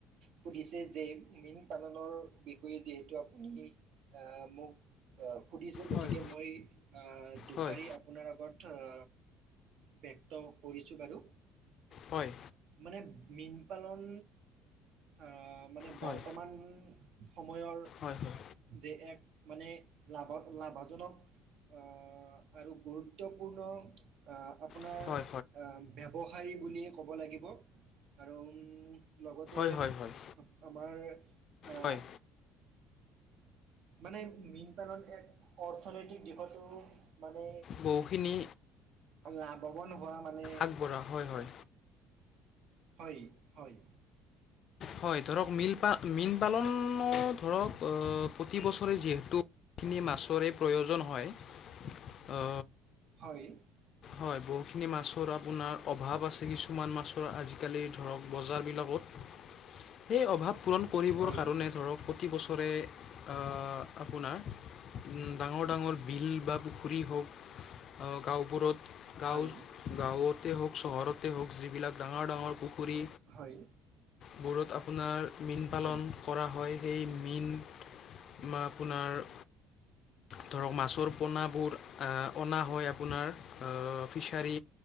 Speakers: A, on the right; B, on the left.
A: সুধিছে যে মীন পালনৰ বিষয়ে যিহেতু আপুনি আ মোক সুধিছে, গতিকে
B: হয়
A: মই আ দুষাৰি
B: হয়
A: আপোনাৰ আগত আ ব্যক্ত কৰিছোঁ বাৰু।
B: হয়।
A: মানে মীন পালন আ মানে
B: হয়
A: বৰ্তমান সময়ৰ
B: হয়, হয়।
A: যে এক মানে লাভ লাভজনক আ আৰু গুৰুত তপূৰ্ণ আ আপোনাৰ
B: হয়
A: আ ব্যৱসায়ী বুলিয়ে ক'ব লাগিব আৰু উম লগতে
B: হয় হয় হয়
A: আমাৰ আ
B: হয়
A: মানে মীন পালন এক অৰ্থনৈতিক দিশতো মানে
B: বহুখিনি
A: উ লাভৱান হোৱা মানে
B: আগবঢ়া হয়, হয়।
A: হয়, হয়।
B: হয়, ধৰক মীন পা মীন পালনো ধৰক অ প্ৰতিবছৰে যিহেতু খিনি মাছৰে প্ৰয়োজন হয়। অ
A: হয়
B: হয়, বহুখিনি মাছৰ আপোনাৰ অভাৱ আছে, কিছুমান মাছৰ আজি-কালি ধৰক বজাৰবিলাকত। সেই অভাৱ পূৰণ কৰিবৰ কাৰণে
A: হয়
B: ধৰক প্ৰতিবছৰে আ আপোনাৰ ডাঙৰ ডাঙৰ বিল বা পুখুৰী হওঁক অ গাঁওবোৰত গাঁও
A: হয়
B: গাঁৱতে হওঁক, চহৰতে হওঁক যিবিলাক ডাঙৰ ডাঙৰ পুখুৰী
A: হয়।
B: বোৰত আপোনাৰ মীন পালন
A: হয়
B: কৰা হয়। সেই মীন মা আপোনাৰ ধৰক মাছৰ পোনাবোৰ আ অনা হয় আপোনাৰ। অ ফিছাৰী